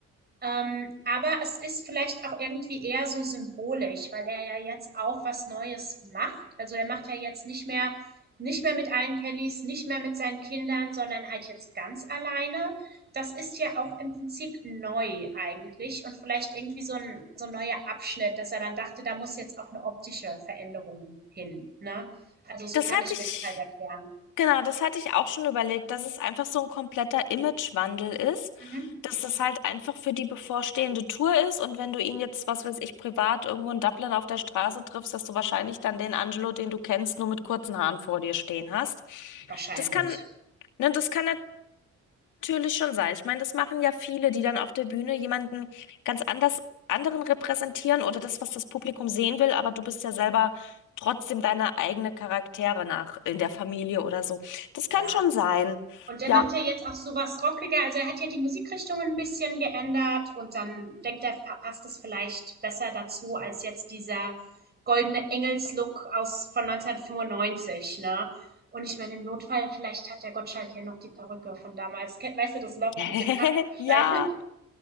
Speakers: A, on the right (about 35°); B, on the left (about 85°).
A: Ähm, aber es ist vielleicht auch irgendwie eher so symbolisch, weil er ja jetzt auch was Neues macht. Also er macht ja jetzt nicht mehr, nicht mehr mit allen Kellys, nicht mehr mit seinen Kindern, sondern halt jetzt ganz alleine. Das ist ja auch im Prinzip neu eigentlich und vielleicht irgendwie so ein, so ein neuer Abschnitt, dass er dann dachte, da muss jetzt auch eine optische Veränderung hin, ne? Also so
B: das
A: kann
B: hatte
A: ich mir
B: ich.
A: das halt erklären.
B: Genau, das hatte ich auch schon überlegt, dass es einfach so ein kompletter Imagewandel ist,
A: Mhm.
B: dass das halt einfach für die bevorstehende Tour ist und wenn du ihn jetzt, was weiß ich, privat irgendwo in Dublin auf der Straße triffst, dass du wahrscheinlich dann den Angelo, den du kennst, nur mit kurzen Haaren vor dir stehen hast.
A: Wahrscheinlich.
B: Das kann, ne, das kann natürlich schon sein. Ich meine, das machen ja viele, die dann auf der Bühne jemanden ganz anders, anderen repräsentieren oder das, was das Publikum sehen will, aber du bist ja selber trotzdem deine eigene Charaktere nach in der Familie oder so. Das
A: Ja.
B: kann schon sein.
A: Und der
B: Ja.
A: macht ja jetzt auch sowas rockiger. Also er hat ja die Musikrichtung ein bisschen geändert und dann denkt er, passt es vielleicht besser dazu als jetzt dieser goldene Engelslook aus von 1995, ne? Und ich meine, im Notfall, vielleicht hat der Gottschalk ja noch die Perücke von damals. Weißt du das noch
B: <laughs>
A: mit dem Haare abschneiden?
B: Ja.